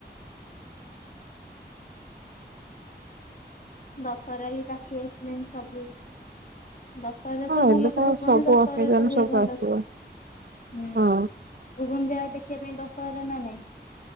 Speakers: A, on the left; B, on the right.
A: ଦଶହରା ବି ପାଖି ଆସିଲାଣି ସବୁ। ଦଶହରା
B: ହଁ
A: ତ ଭଲ
B: ଏବେ
A: ସେ ଭୁବନ
B: ସବୁ
A: ଦଶହରା
B: ଅକେଜନ
A: ତ ହୁଏ
B: ସବୁ
A: ଭଲ
B: ଆସିବ
A: ସେ। ହୁଁ
B: ହଁ
A: ଭୁବନ ଜାଗା ଦେଖିବା ପାଇଁ ଦଶହରା ନା ନାଇଁ?